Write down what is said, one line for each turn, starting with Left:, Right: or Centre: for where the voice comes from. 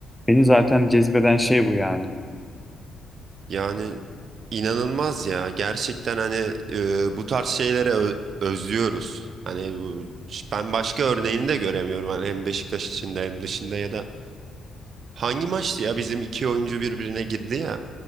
Centre: Beni zaten cezbeden şey bu yani.
Right: Yani inanılmaz ya. Gerçekten hani e, bu tarz şeylere ö- özlüyoruz. Hani bu, ben başka örneğini de göremiyorum. Hani hem Beşiktaş içinde hem dışında ya da hangi maçtı ya bizim iki oyuncu birbirine girdi ya.